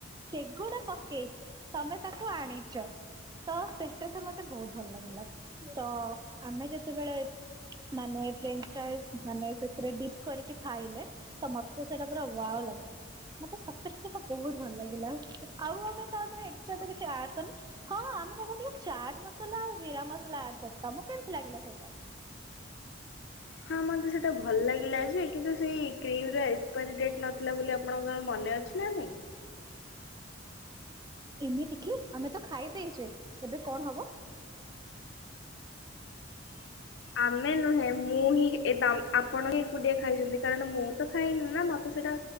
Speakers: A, on the right; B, on the left.
A: ସେଗୁଡା ପକେଇକି ତମେ ତାକୁ ଆଣିଛ। ତ ସେଟା ତ ମତେ ବହୁତ ଭଲ ଲାଗିଲା ତ ଆମେ ଯେତେବେଳେ ମାନେ ଫ୍ରେଞ୍ଚ ଫ୍ରାଇଜ। ମାନେ ସେଥିରେ ଡିପ କରିକି ଖାଇଲେ ତ ମତେ ସେଟା ପୁରା ୱାଓ ଲାଗିଲା। ମତେ ସତରେ ସେଟା ବହୁତ ଭଲ ଲାଗିଲା ଆଉ ଆମେ ତାପରେ ଏକ୍ସଟ୍ରା ତ କିଛି ଆଡ୍ କରିନି। ହଁ ହଁ ଆମେ ପକେଇଥିଲୁ ଚାଟ୍ ମସଲା ଆଉ ଜିରା ମସଲା ଆଡ କରିଛୁ ତମକୁ କେମିତି ଲାଗିଲା ସେଇଟା।
B: ହଁ ମତେ ସେଟା ଭଲ ଲାଗିଲା ଯେ କିନ୍ତୁ ସେଇ କ୍ରିମ ର ଏକ୍ସପାରୀ ଡେଟ ନଥିଲା ବୋଲି ଆପଣଙ୍କର ମନେ ଅଛି। ନାହିଁ।
A: ଏମିତି କି ଆମେ ତ ଖାଇ ଦେଇଛେ ଏବେ କଣ ହବ।
B: ଆମେ ନୁହେଁ ମୁଁ ହିଁ ଆପଣ ହିଁ ଏକୁଟିଆ ଖାଇଛନ୍ତି କାରଣ ମୁଁ ତ ଖାଇନି ନା ମତେ ସେଇଟା।